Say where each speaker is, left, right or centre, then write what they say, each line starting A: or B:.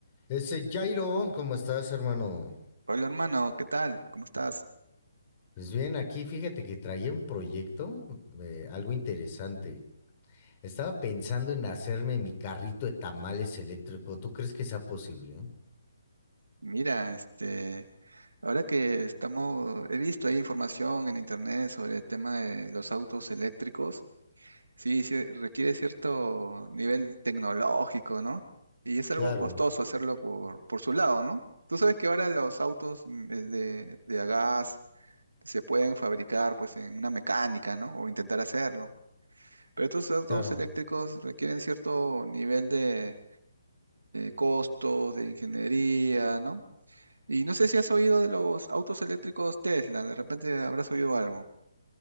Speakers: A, on the left; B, on the right.
A: Ese Jairo, ¿cómo estás, hermano?
B: Hola hermano, ¿qué tal? ¿Cómo estás?
A: Pues bien, aquí fíjate que traía un proyecto, eh, algo interesante. Estaba pensando en hacerme mi carrito de tamales eléctrico. ¿Tú crees que sea posible?
B: Mira, este, ahora que estamos, he visto ahí información en internet sobre el tema de los autos eléctricos. Sí, sí, requiere cierto nivel tecnológico, ¿no? Y es algo
A: Claro,
B: costoso hacerlo por, por su lado, ¿no? Tú sabes que ahora los autos mm, es de, de a gas se pueden fabricar pues en una mecánica, ¿no? O intentar hacerlo. Pero estos autos
A: claro.
B: eléctricos requieren cierto nivel de costos, de ingeniería, ¿no? Y no sé si has oído de los autos eléctricos Tesla, de repente habrás oído algo.